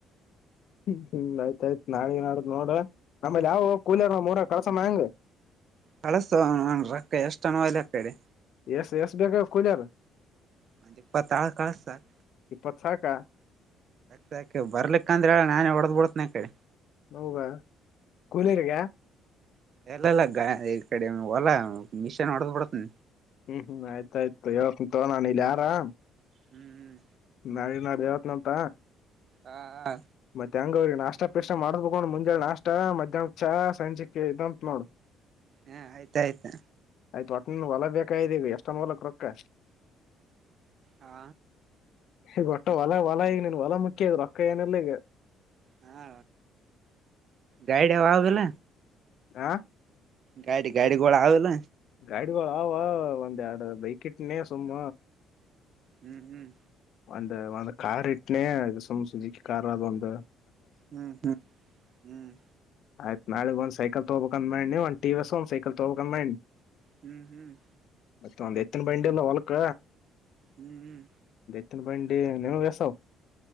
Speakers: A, on the left; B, on the right.
A: ಹ್ಮ್ ಆಯ್ತ ಆಯ್ತು ನಾಳೆ ನ ನೋಡ್ರ ಆಮೇಲೆ ಯಾವ ಕೂಲರ್ ಮೂರ ಕಳಸ ಮ್ಯಾಂಗ
B: ಕಳಸ ಅನ್ರೋಕ್ಕ ಎಷ್ಟ ಅಣ ಅಲ್ಲಿ ಕೇಳೆ
A: ಎಸ್ ಎಷ್ಟ ಬೇಕ ಕುೂಲಿಯಾರ
B: ಮೆ ಇಪತಾಳು ಕಳಿಸು ಸಾಕ್
A: ಇಪ್ಪತ್ ಸಾಕ
B: ಸಾಕಿ ಬರ್ಲಿಕ್ಕ ಅಂದ್ರೆ ಹೇಳ ನಾನೇ ಹೊಡದ್ ಬಿಡತನ ಕಿ
A: ಹೌವ ಕೂಲಿರ್ಗ
B: ಎಲ್ಲಲ್ಲ ಗ ಇ ಕಡೆ ಒಲ್ಲ ಮಿಶನ್ ಮಾಡಡದು ಪಡತ
A: ಹ್ಮ್ ಹ್ಮ್ ಆಯ್ತಾಯ್ತು ಯಕ್ ತೋ ನಾನ ಇಲ್ಲಿ ಆರಾಮ್
B: ಹ್ಮ್ ಹ್ಮ್
A: ನಾಡ ನಾ ಯವತ್ನಂತ
B: ಹಾ ಹಾ
A: ಮತ್ತೆ ಹೆಂಗ ಅವ್ರಿಗೆ ನಾಷ್ಟಪಿಶ ಮಾಡ್ಬೇಕಕೊಂಡ್ ಮುಂಜಾಳೆ ನಾಷ್ಟ ಮಧ್ಯಾಹ್ನ ಚ ಸಂಜಿಕ ಇದಂತ ನೋಡ್
B: ಹಾ ಆಯ್ತಾಯಯ್ತಾ
A: ಆಯ್ತು ಒಟ್ಟನ್ ಹೊಲ ಬೇಕಾ್ದೀವಿ ಎಷ್ಟೊಂದ ಹೊಲಕ್ ರೊಕ್ಕ
B: ಹಾ
A: ಈಗೊಟ್ಟ ಹೊಲ ಹೊಲ ಈಗ ನೀನ್ ಹೊಲ ಮುಖ್ಯ ಅದ ರೊಕ್ಕ ಏನೆಲ್ಲ ಈಗ
B: ಹಾ ಗೈಡ ಹವಾಗಲ್ಲ
A: ಆ
B: ಗಾಡಿ ಗಾಡಿ ಗೋಳ್ ಆವಿಲ್ಲ
A: ಗಾಡಿಗಳ ಅವ ಒಂದ ಎರಡು ಬೈಕ್ ಇಟ್ಟನೆ ಸುಮ್ಮ
B: ಹ್ಮ್ ಹ್ಮ್
A: ಒಂದು ಒಂದು ಕಾರ್ ಇಟ್ಟನನೆ ಇದು ಸುಮ್ ಸುಜಿಕ ಕಾರ್ ಅದು ಒಂದು
B: ಹ್ಮ್ ಹ್ಮ್ ಹ್ಮ್
A: ಆಯ್ತ್ ನಾಳಗ್ ಒಂದ ಸೈಕಲ್ ತಗೋಬೇಕಂದ್ ಮಾಡಿ ಒಂದ್ಟಿಸ್ ಒಂದ ಸೈಕಲ್ ತಗೋಬೇಕಂದ ಮಾಡಿ
B: ಹ್ಮ್ ಹ್ಮ್
A: ಮತ್ತ ಒಂದ್ ಎತ್ತನ ಬೈಂಡಿ ಎಲ್ಲ ಹೊಲಕ್ಕ
B: ಹ್ಮ್ ಹ್ಮ್
A: ಎತ್ತನ್ ಬಂಡಿ ನೀವು ಎಷ್ಟೋ